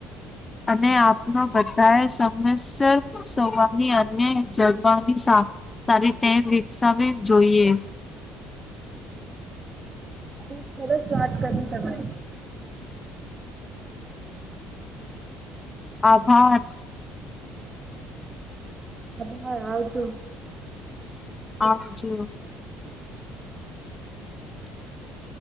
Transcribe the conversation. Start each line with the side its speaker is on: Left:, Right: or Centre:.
Left: અને આપનો બધાએ સમયસર સવાની અન્ય જગવાની સારી સારી ટેવ વિકસાવે જોઈએ.
Right: ખૂબ સરસ વાત કરી તમે.
Left: આભાર.
Right: હા ભાઈ આવજો.
Left: આવજો. <inaudible>